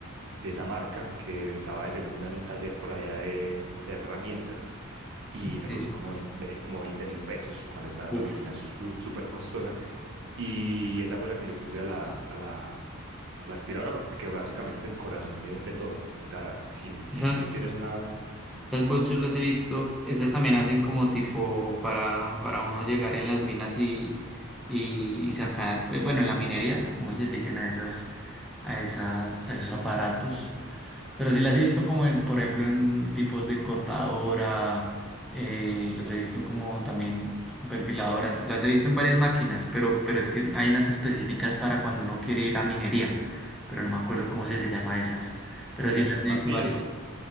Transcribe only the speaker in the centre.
Sí.
Uf.
Esas.
Esas bots
yo las he visto, esas también hacen como tipo para, para uno llegar en las minas y, y, y sacar, eh, bueno, en la minería, es como se le dicen a esas, a esas, a esos aparatos. Pero sí las he visto como en, por ejemplo, en tipos de cortadora, eh, las he visto como también perfiladoras, las he visto en varias máquinas, pero, pero es que hay unas específicas para cuando uno quiere ir a minería, pero no me acuerdo cómo se le llama a esas. Pero
sí las
he visto varias.